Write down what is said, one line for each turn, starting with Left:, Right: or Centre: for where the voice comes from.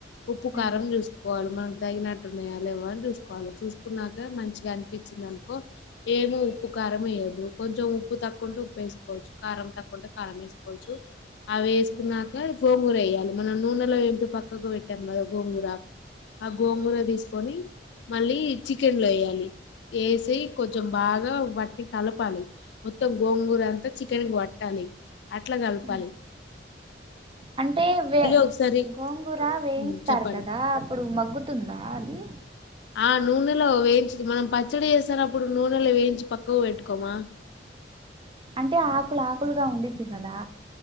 Left: ఉప్పు కారం
Right: ఉమ్
Left: చూస్ కోవాలి మనకు తగినట్టున్నాయా లేవా అని చూసుకోవాలి చూసుకున్నాక మంచిగా అనిపించింది అనుకో ఏమో ఉప్పు కారం వేయొద్దు కొంచెం ఉప్పు తక్కువుంటే ఉప్పు వేసుకోవచ్చు కారం తక్కువుంటే కారం వేసుకోవచ్చు కొంచం అవి వేసుకున్నాక గోంగూర వేయాలి మనం నూనెలో ఏంటి పక్కకు పెట్టాం కదా గోంగూర ఆ గోంగూర తీసుకొని మళ్ళీ చికెన్ లో వేయాలి వేసి కొంచెం బాగా వాటిని కలపాలి మొత్తం గోంగూర అంతా చికెన్ కి వట్టాలి అట్లా కాల్పాలి
Right: ఉమ్ అంటే వే
Left: ఒకసారి
Right: గోంగూర వేయిస్తారు
Left: ఉమ్, చెప్పండి
Right: కదా ఇప్పుడు మగ్గుతుందా అది
Left: ఆ నూనెలో వేయించిది మనం పచ్చడి వేసనప్పుడు నూనెలో వేయించి పక్కకు పెట్టుకోమా
Right: అంటే ఆకులు ఆకులుగా ఉండిద్ది కదా